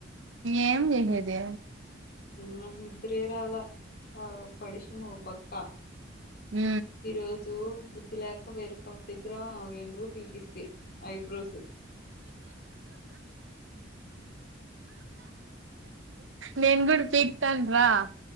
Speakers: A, on the right; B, on the left.
A: ఏం చేసేది
B: నాకు నిద్రరాల ఆ పడిశమ పక్క
A: హ
B: ఈరోజు బుద్ధి లేక వేరుపా దగ్గర ఆ వండువు పీగిస్తే ఐబ్రోస్
A: నేన్ గూడ్ పీక్తాన్రా